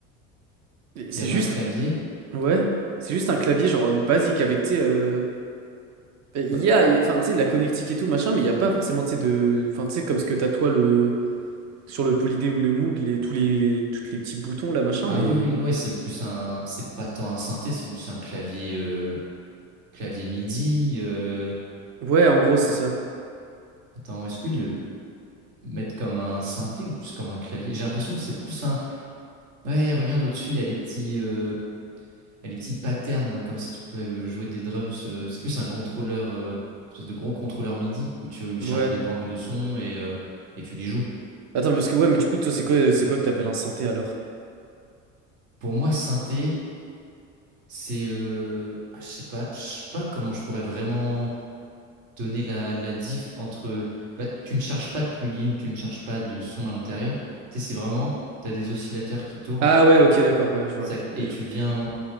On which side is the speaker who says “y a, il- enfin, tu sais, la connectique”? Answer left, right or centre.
Right